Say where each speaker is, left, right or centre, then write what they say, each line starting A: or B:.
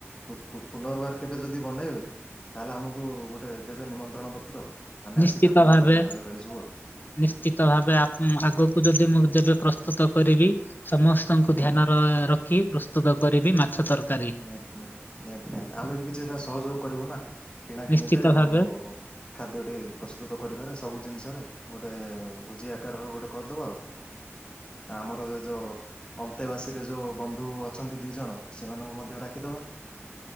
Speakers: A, on the left; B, on the left.
A: ପୁ ପୁ ପୁନର୍ବାର କେବେ ଯଦି ବନେଇବେ ତାହେଲେ ଆମକୁ ଗୋଟେ ଦେବେ ନିମନ୍ତ୍ରଣ ପତ୍ର ଆଉ। ଆମେ
B: ନିଶ୍ଚିତ
A: ଆସିକି ଆପଣଙ୍କ
B: ଭାବେ
A: ପାଖରେ ହାଜର ହେଇଯିବୁ ଆଉ।
B: ନିଶ୍ଚିତ ଭାବେ ଆ ଉଁ
A: ହଁ
B: ଆଗକୁ
A: ହଁ
B: ଯଦି ମୁଁ ଯେବେ ପ୍ରସ୍ତୁତ କରିବି ସମସ୍ତଙ୍କୁ
A: ହଁ
B: ଧ୍ୟାନ ରେ ରଖି ପ୍ରସ୍ତୁତ କରିବି ମାଛ ତରକାରୀ।
A: ନିହାତି ନିହାତି ନିହାତି ନିହାତି ନିହାତି ଆମେ ବି କିଛିଟା ସହଯୋଗ କରିବୁ ନାଁ କିଣା କିିଣିରେ
B: ନିଶ୍ଚିତ
A: ଆଉ
B: ଭାବେ
A: ଖାଦ୍ୟଟି ପ୍ରସ୍ତୁତ କରିବାରେ ସବୁ ଜିନିଷରେ ଗୋଟେ ଭୋଜି ଆକାରର ଗୋଟେ କରିଦବା ଆଉ। <inaudible> ଆମର ସେ ଯୋଉ ଅନ୍ତେବାସୀରେ ଯୋଉ ବନ୍ଧୁ ଅଛନ୍ତି ଦି ଜଣ ସେମାନଙ୍କୁ ମ ମଧ୍ୟ ଡାକିଦବା